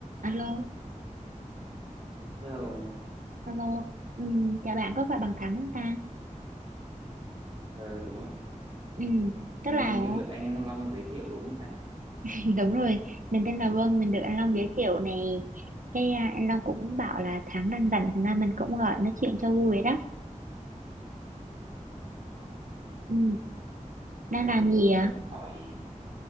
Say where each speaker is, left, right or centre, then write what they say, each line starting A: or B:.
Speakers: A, on the right (about 75°); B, on the right (about 50°).
A: Alo,
B: Hello,
A: alo, ừ, chào bạn có phải bằng Thắng không ta?
B: ờ, đúng ạ.
A: Ừ,
B: Ừ,
A: tức là
B: Hình như được anh Long giới thiệu đúng không ta?
A: <laughs> đúng rồi, mình tên là Vân, mình được anh Long giới thiệu này. Cái à, anh Long cũng bảo là Thắng đang rảnh, thành ra mình cũng gọi nói chuyện cho vui đó.
B: Ờ,
A: Ừ,
B: thì,
A: đang
B: ờ,
A: làm gì ạ?
B: cho mình hỏi